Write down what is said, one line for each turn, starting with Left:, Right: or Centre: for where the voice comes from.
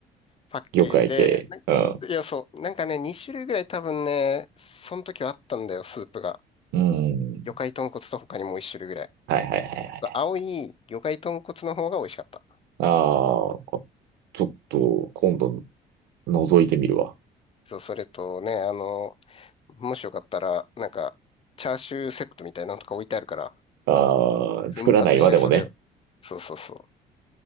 Left: パッケージで、
Right: 魚介系。
Left: なんいや、
Right: うん。
Left: そう、なんかね、2種類ぐらい多分ね、その時はあったんだよ、スープが。
Right: うん。
Left: 魚介豚骨と他にもう1種類ぐらい。
Right: はいはいはいはい。
Left: 青い魚介豚骨の方が美味しかった。
Right: ああ、ちょっと、今度、覗いてみるわ。
Left: そう、それとね、あの、もしよかったら、なんか、チャーシューセットみたいなのとか置いてあるから、
Right: ああ、
Left: 奮発してそれを。
Right: 作らないわ、でもね。
Left: そうそうそう。